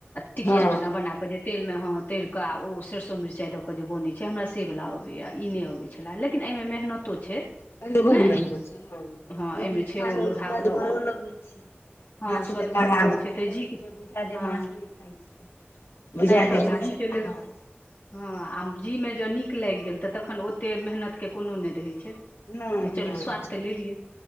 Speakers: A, on the left; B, on the left.
A: टिकिया
B: हँ
A: जेना बनााकऽ जे तेलमे हँ तरिकऽ ओ सरसो मिरचाइ दऽ कऽ जे बनैत छै हमरा से वाला अबैया ई नहि अबै छलै लेकिन एहिमे मेहनतो छै
B: <unintelligible>
A: ने हँ एहिमे छै ओ लोढ़हा बनाउ ओ हँ
B: मांछ
A: स्वदगरो
B: जेकां लागत
A: लगै छै
B: एको
A: तऽ जी
B: रति बुझायत नहि जे
A: हँ
B: माछ नहि खाइ छी बुझायत
A: तैँ तऽ
B: जे
A: तऽ
B: मांछे
A: जीके
B: खा
A: लेल
B: रहल छी
A: हँ आ जी मे जँ नीक लागि गेल तऽ तखन ओते मेहनत के कोनो नहि रहै
B: नहि
A: जे चलू
B: नहि
A: स्वाद तऽ लेलियै